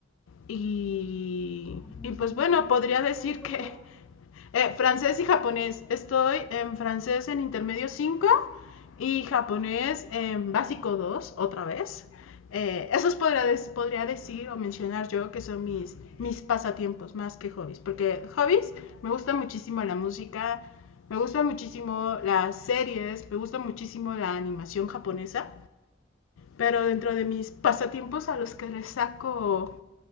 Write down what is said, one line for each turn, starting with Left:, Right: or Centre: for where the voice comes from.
Left: Y,
Centre: Mm,
Left: y pues bueno, podría decir
Centre: ¿Qué estudias?
Left: que eh, francés y japonés. Estoy en francés en intermedio
Centre: Oh,
Left: cinco y japonés en básico 2 otra vez. Eh, esos podría, podría decir o mencionar yo que son mis, mis pasatiempos más que hobbies, porque hobbies me gusta muchísimo la música, me gusta muchísimo las series, me gusta muchísimo la animación japonesa, pero dentro de mis pasatiempos a los que les saco